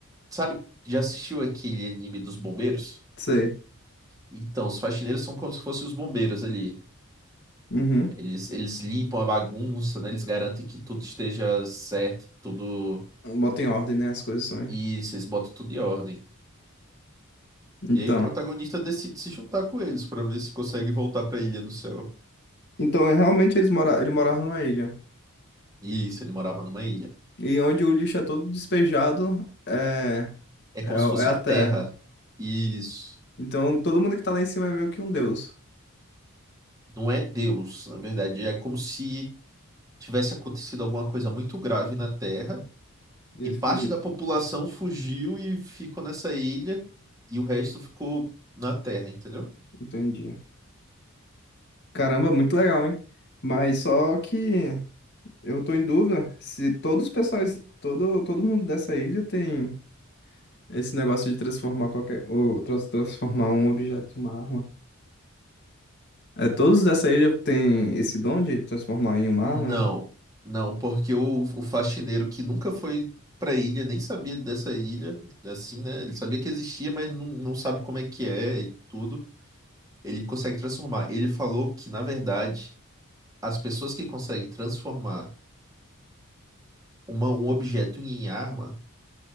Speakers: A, on the right; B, on the left.
A: sabe, já assistiu aquele anime dos bombeiros?
B: Sei.
A: Então, os faxineiros são como se fossem os bombeiros ali.
B: Uhum.
A: Eles, eles limpam a bagunça, né? Eles garantem que tudo esteja certo, tudo.
B: Bota em ordem, né, as coisas também.
A: isso eles botam tudo em ordem.
B: Então...
A: E aí o protagonista decide se juntar com eles para ver se consegue voltar para a Ilha do Céu.
B: Então, é, realmente, eles mora... ele morava numa ilha.
A: Isso, ele morava numa ilha.
B: E onde o lixo é todo despejado, é...
A: É
B: É,
A: como
B: é
A: se fosse
B: a
A: a Terra.
B: terra.
A: Isso.
B: Então todo mundo que tá lá em cima é meio que um deus.
A: Não é Deus, na verdade. É como se tivesse acontecido alguma coisa muito grave na Terra
B: E
A: e
B: eles
A: parte
B: fugiram.
A: da população fugiu e ficou nessa ilha e o resto ficou na Terra, entendeu?
B: Entendi. Caramba, muito legal, hein? Mas só que eu tô em dúvida se todos os pessoais, todo, todo mundo dessa ilha tem esse negócio de transformar qualquer, ou trans- transformar um objeto em uma arma. É, todos dessa ilha têm esse dom de transformar em uma arma,
A: Não,
B: né?
A: não, porque o, o faxineiro que nunca foi pra ilha, nem sabia dessa ilha, assim, né? Ele sabia que existia, mas não, não sabe como é que é e tudo. Ele consegue transformar. Ele falou que, na verdade, as pessoas que conseguem transformar uma- um objeto em arma